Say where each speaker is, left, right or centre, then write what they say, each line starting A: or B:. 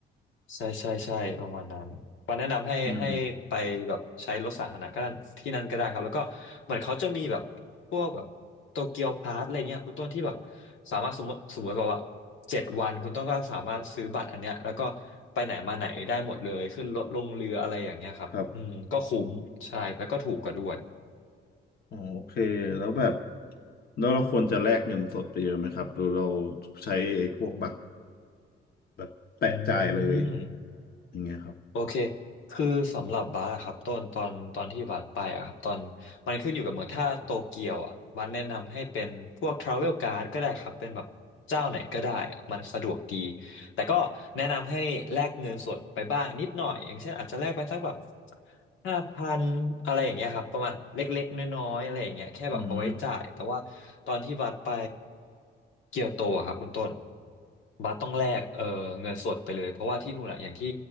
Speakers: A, on the left; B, on the left.
A: ใช่ใช่ใช่ประมาณนั้น ปาแนะนำให้ให้ไปแบบใช้รถสาธารณะก็ได้ที่นั่นก็ได้ครับแล้วก็เหมือนเขาจะมีแบบพวกแบบโตเกียวพาสอะไรเงี้ยคุณต้นที่แบบ
B: อืม
A: สามารถสมมติสมมติแบบว่าเจ็ดวันคุณต้นก็สามารถซื้อบัตรอันเนี้ยแล้วก็ไปไหนมาไหนได้หมดเลยขึ้นรถลงเรืออะไรอย่างเงี้ยครับอืมก็คุ้มใช่แล้วก็ถูกกว่าด้วย
B: ครับ อ๋อโอเคแล้วแบบแล้วเราควรจะแลกเงินสดไปเยอะไหมครับหรือเราใช้ไอ้พวกบัตรแบบแปะจ่ายเลย
A: อืม
B: อย่างเงี้ยครับ
A: โอเค คือสำหรับบาสอะครับต้นตอนตอนที่บาสไปอะครับ ตอนมันขึ้นอยู่กับเมืองถ้าโตเกียวอะบาสแนะนำให้เป็นพวกทราเวลการ์ดก็ได้ครับ เป็นแบบเจ้าไหนก็ได้อะมันสะดวกดี แต่ก็แนะนำให้แลกเงินสดไปบ้างนิดหน่อยอย่างเช่นอาจจะแลกไปสักแบบห้าพันอะไรอย่างเงี้ยครับประมาณเล็กๆน้อยๆอะไรอย่างเงี้ยแค่แบบเอาไว้จ่ายแต่ว่าตอนที่บัสไป
B: อืม
A: เกียวโตอะครับคุณต้นบัสต้องแลกเออเงินสดไปเลยเพราะว่าที่นู่นอะอย่างที่